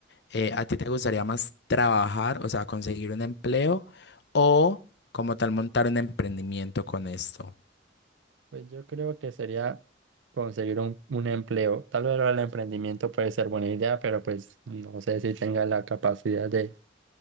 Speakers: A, on the left; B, on the right.
A: eh, ¿a ti te gustaría más trabajar, o sea, conseguir un empleo o como tal montar un emprendimiento con esto?
B: Pues yo creo que sería conseguir un, un empleo. Tal vez el emprendimiento puede ser buena idea, pero pues no sé si tenga la capacidad de,